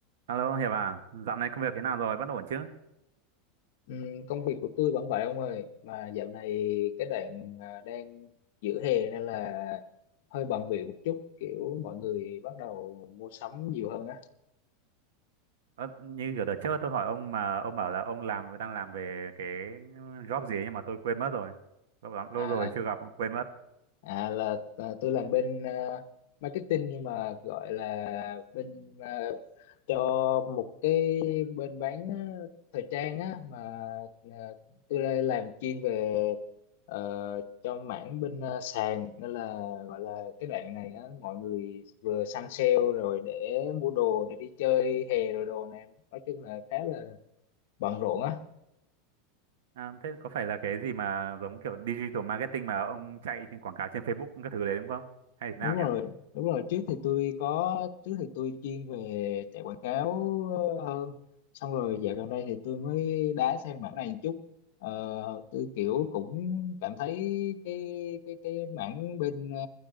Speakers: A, on the right; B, on the left.
A: Alo Hiệp à, dạo này công việc thế nào rồi, vẫn ổn chứ?
B: Ừm, công việc của tôi vẫn vậy ông ơi mà dạo này cái đoạn à, đang giữa hè nên là hơi bận bịu một chút kiểu mọi người bắt đầu mua sắm nhiều hơn á
A: Ờ, như ở đợt trước tôi hỏi ông mà ông bảo là ông làm đang làm về cái job gì ấy nhưng mà tôi quên mất rồi. Lâu lắm, lâu
B: à,
A: rồi chưa gặp, quên mất.
B: À là à, tôi làm bên à, marketing nhưng mà gọi là bên à, cho một cái bên bán à, thời trang á mà à, tôi đây làm chuyên về ờ, cho mảng bên à, sàn nên là gọi là cái đoạn này á mọi người vừa săn sale rồi để mua đồ để đi chơi hè rồi đồ này nói chung là khá là bận rộn á
A: À, thế có phải là cái gì mà giống kiểu digital marketing mà ông chạy trên quảng cáo trên Facebook các thứ đấy đúng không? Hay thế nào
B: đúng rồi
A: nhỉ?
B: đúng rồi trước thì tôi có trước thì tôi chuyên về chạy quảng cáo ờ, hơn xong rồi dạo gần đây thì tôi mới đá sang mảng này một chút Ờ, tôi kiểu cũng cảm thấy cái cái cái mảng bên ờ,